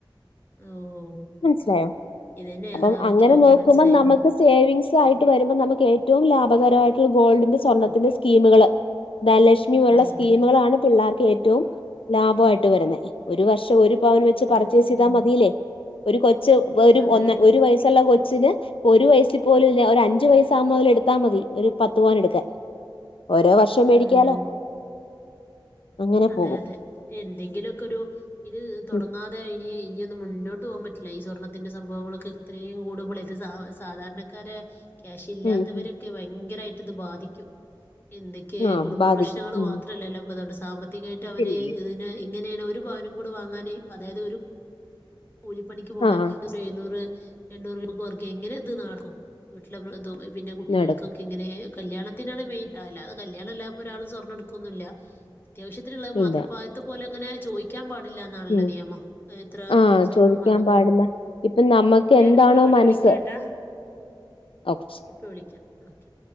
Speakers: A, on the left; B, on the left.
A: ഓ
B: മനസിലായോ?
A: ഇതന്നെ
B: അഅപോ
A: അതെ ഓക്കെ
B: ങ്ങനെ
A: ഓക്കെ
B: നോക്കുമ്പോ
A: മനസ്സിലായി
B: നമക്ക്
A: ഇപ്പോ.
B: സേവിങ്സ് ആയിട്ട് വരുമ്പോ നമുക്ക് ഏറ്റവും ലാഭകരായിട്ട് ഗോൾഡിന്റെ സ്വർണത്തിന്റെ സ്കീമ്കള് ധനലക്ഷ്മി പോലുള്ള
A: അതെ
B: സ്കീമുകളാണ്
A: അതെ അതെ.
B: പിള്ളേർക്ക് ഏറ്റവും ലാഭായിട്ട് വരുന്ന്. ഒരു വർഷം ഒരു പവൻ വെച്ച്
A: ഉം
B: പർച്ചേസ്
A: ഉം.
B: ചെയ്താ മതിയില്ലേ? ഒരു കൊച്ച് വേരു
A: അതെ
B: വൊന്നെ
A: അതെ.
B: ഒരു വയസ്സ് ള്ള കൊച്ചി ഒരു വയസിൽ പോലുംല്ല ഒരു അഞ്ചു വയസാവുമ്പോ മുതൽ എടുത്താ മതി ഒരു പത്ത് പവൻ എടുകാൻ
A: <unintelligible>
B: ഓരോ വർഷം
A: ഉം.
B: മേടിക്കാലോ? അങ്ങനെ
A: അതെ
B: പോകും
A: അതെ എന്തെങ്കിലുക്കെരു ഇത് തുടങ്ങാതെ
B: ഉം
A: ഇനി ഇഞോന്നും മുന്നോട്ട് പോകാൻ പറ്റില്ല. ഈ സ്വർണ്ണത്തിന്റെ സംഭവങ്ങളൊക്കെ ഇത്രയും കൂടുമ്പോൾ ഇത് സ സാധാരണക്കാര ക്യാഷില്ലാത്തവരൊക്കെ
B: ഉം ഉം
A: ഭയങ്കരായിട്ട് ഇത് ബാധിക്കും. എന്തൊക്കെയ
B: ആഹ്
A: കുടുംബ
B: ബാധിക്കും
A: പ്രശ്നങ്ങൾ
B: ഉം
A: മാത്രല്ലല്ലോ പ്പഅതൊണ്ട്. സാമ്പത്തികായിട്ട് അവര്
B: പിന്നില്ലേ
A: ഇതിന് ഇങ്ങനെയാണ് ഒരു രുപവനും കൂടെ വാങ്ങാാന്. അതായത് ഒരു കൂലിപ്പണിക്ക് പോണ
B: ആഹ്
A: എഴുന്നൂറ് എണ്ണൂറ് രൂപക്ക് വർക്ക് എങ്ങനെ ഇത് നടക്കും. വീട്ടിലെതും പിന്നെ കുട്ടികൾക്കൊക്കെ
B: നടക്കും
A: ഇങ്ങനെ കല്യാണത്തിനാണ് മെയിൻ, അല്ലാതെ കല്യാണം ഇല്ലാതെ ഒരാളും സ്വർണ്ണം എട്ക്കൊന്നുല്ല. അത്യാവ്യനുള്ളത് മാത്രം.
B: ഇല്ല
A: ഇപ്പോ ആദ്യത്തെ പോലെങ്ങനെ ചോയി ക്കാൻ പാടില്ല എന്നാണല്ലോ
B: ഉം
A: നിയമം. ഇത്ര
B: ആഹ്
A: ഇത്രസ്വർണം
B: ചോദിക്കാൻ
A: വാണെന്നുള്ളത്.
B: പാടില്ല ഇപ്പൊ നമ്മക്ക്
A: ഞാനിപ്പോ
B: എന്താണോ
A: അങ്ങട്
B: മനസ്സ്
A: വിളിക്കാട്ടാ.
B: ഓക്കെ ശരി
A: ഇപ്പൊ വിളിക്കാം ഓക്കെ.